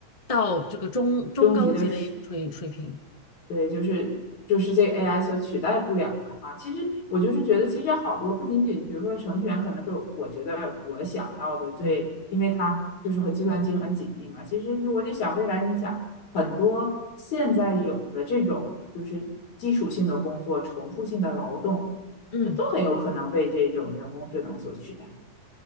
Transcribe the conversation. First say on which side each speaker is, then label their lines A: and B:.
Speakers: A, on the left; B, on the left.
A: 到这个中中高级的一个水水平。
B: 中级的是。对，就是就是这个 AI 所取代不了的啊！其实我就是觉得，其实好多不仅仅，比如说程序员，可能是我觉得我想到的最，因为它就是和计算机很紧密嘛。其实我就想，未来你想很多现在有的这种就是基础性的工作、重复性的劳动，
A: 嗯。
B: 那都很有可能被这种人工智能所取代。